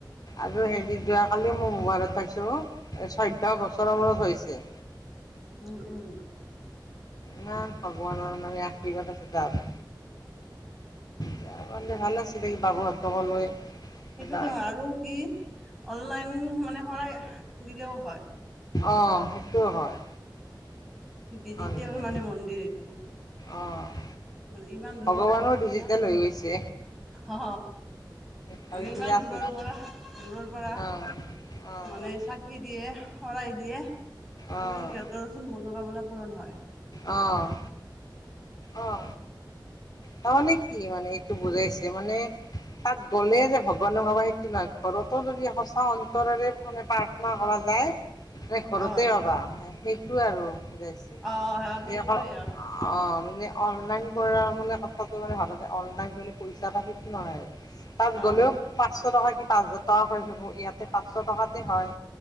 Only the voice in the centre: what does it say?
উম
উম, উম,
সেইটোতো
আৰু কি অনলাইন মানে শৰাই দিলেও হয়।
ডিজিটেল
মানে মন্দিৰ এইটো
মানে ইমান দূৰৰ
দূৰৰ
পৰা
অ
মানে ইমান
দূৰৰ পৰা দূৰৰ পৰা
মানে চাকি দিয়ে শৰাই দিয়ে কিন্তু
সিহঁতৰ নতোন মনো কামনা পূৰণ হয়।
অ অ
অ সেইটোৱে অ
অ